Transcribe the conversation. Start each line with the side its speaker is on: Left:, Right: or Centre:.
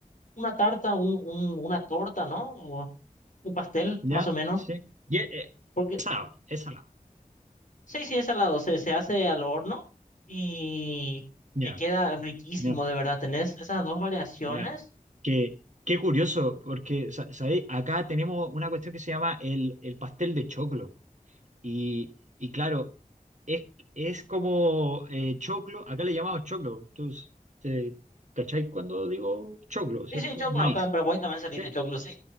Left: una tarta, un, un- una torta, ¿no? O un pastel,
Right: ¿Ya?
Left: más o menos.
Right: Sí. Y, eh,
Left: Porque
Right: Esa es esa no.
Left: Sí, sí, es salado, se, se hace al horno y
Right: Ya,
Left: que queda riquísimo,
Right: ya,
Left: de verdad. Tenés esas dos variaciones.
Right: ya. Que, qué curioso, porque, sa- ¿sabéis? Acá tenemos una cuestión que se llama el, el pastel de choclo. Y, y claro, es, es como eh, choclo, acá le llamamos choclo. Tú, eh, ¿cacháis cuando digo choclo, cierto?
Left: Sí, sí, choclo,
Right: Maíz,
Left: acá en Paraguay también se le
Right: ¿sí?
Left: dice choclo, sí.